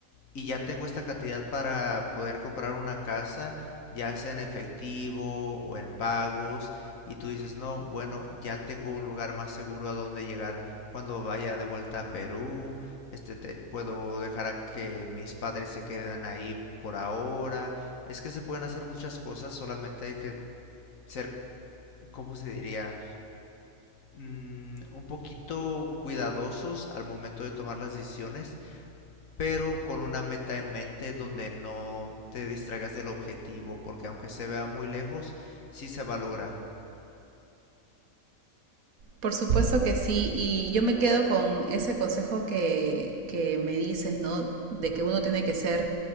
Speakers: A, on the left; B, on the right.
A: y ya tengo esta cantidad para poder comprar una casa, ya sea en efectivo o en pagos, y tú dices, no, bueno, ya tengo un lugar más seguro a donde llegar cuando vaya de vuelta a Perú, este, te- puedo dejar a que mis padres se queden ahí por ahora. Es que se pueden hacer muchas cosas, solamente hay que ser, ¿cómo se diría? Mm, un poquito cuidadosos al momento de tomar las decisiones pero con una meta en mente donde no te distraigas del objetivo, porque aunque se vea muy lejos, sí se va a lograr.
B: Por supuesto que sí, y yo me quedo con ese consejo que, que me dices, ¿no? De que uno tiene que ser